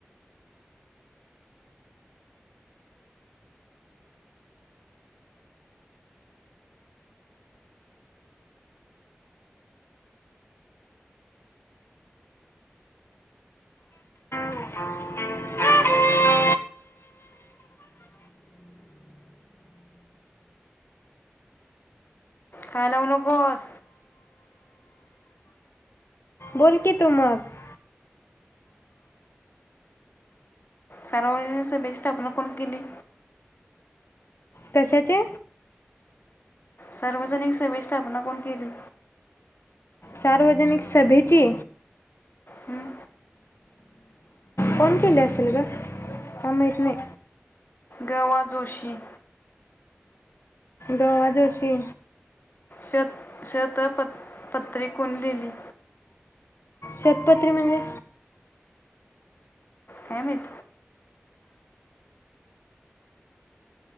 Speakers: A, on the left (about 75°); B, on the left (about 55°).
A: <unintelligible>
B: काय लावू नगोस
A: बोलकीी तु मग
B: सार्वजनिक सभेची स्थापना कोणी केली
A: कशाची
B: सार्वजनिक सभेची स्थापना कोणी केली
A: सार्वजनिक सभेची
B: हं?
A: कोण केली असल ग काय माहित नाही
B: गवा जोशी
A: दवाजोशी
B: शत शत प पत्रि कोणी लिहिली
A: शतपत्री म्हणजे
B: काय माहित